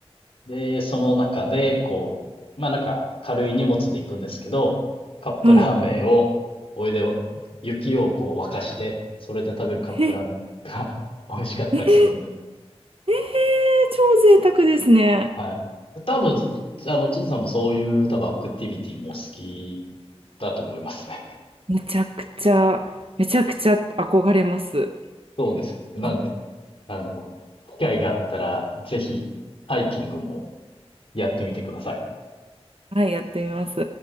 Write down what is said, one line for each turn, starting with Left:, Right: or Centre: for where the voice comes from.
Left: で、その中で、こう、まあなんか軽い荷物で行くんですけど、カップラーメンを、
Right: はい。
Left: お湯で雪をこう沸かして、それで食べるカップラーメンが
Right: え、え、
Left: <laughs> 美味しかったりするんです。
Right: え、ええ超贅沢ですね。
Left: はい。多分、ちあの、ちいさんもそういう多分アクティビティもお好きだと思いますね。
Right: めちゃくちゃ、めちゃくちゃ憧れます。
Left: <laughs> なんで、
Right: あ
Left: あの、機会があったら、ぜひハイキングもやってみてください。
Right: はい、やってみます。